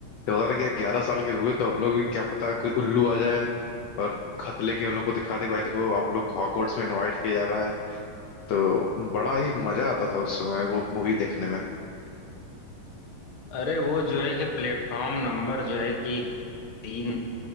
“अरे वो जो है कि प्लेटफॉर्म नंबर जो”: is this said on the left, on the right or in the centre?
Left